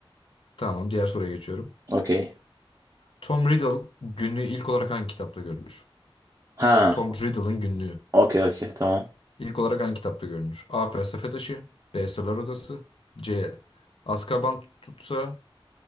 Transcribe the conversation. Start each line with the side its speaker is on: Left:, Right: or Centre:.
Left: Tamam diğer soruya geçiyorum.
Right: Okey.
Left: Tom Riddle günlüğü ilk olarak hangi kitapta görülür?
Right: Ha,
Left: Tom Riddle'ın günlüğü
Right: okey okey tamam.
Left: ilk olarak hangi kitapta görülür? A. Felsefe Taşı B. Sırlar Odası C. Azkaban Tutsa